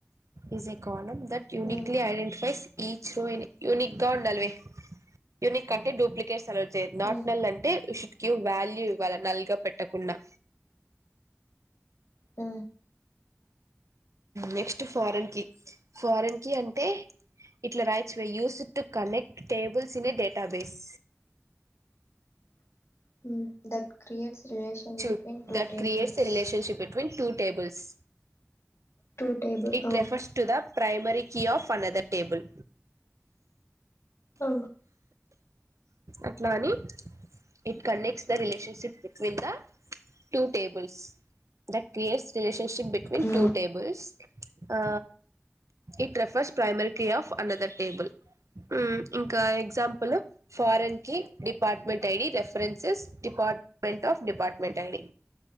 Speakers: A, on the right; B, on the left.
A: is a column that uniquely
B: hmm
A: identifies each row unique గా ఉండాలీవే యూనిక్ అంటే డూప్లికేట్స్ అలో చేయరు నాట్
B: మ్మ్
A: నల్ అంటే యూషుడ్ వాల్యూ ఇవ్వాల నల్గా పెట్టకుండా
B: ఆ
A: నెక్స్ట్ ఫారెన్ కి ఫారెన్ కి అంటే ఇట్ల రాయొచ్చు why use it to connect tables in a database
B: hmm that creates relation
A: చూడ్
B: between two
A: that
B: tables
A: creates a relationship between two tables
B: two table
A: it
B: ఆ
A: refers to the primary key of another table
B: ఆ
A: అట్లా అని it connects the relationship between the two tables that creates relationship between
B: uh
A: two tables ఆ it refers primary key of another table మ్ ఇంకా ఎగ్జాంపుల్ ఫారెన్ కి department ID references department of department ID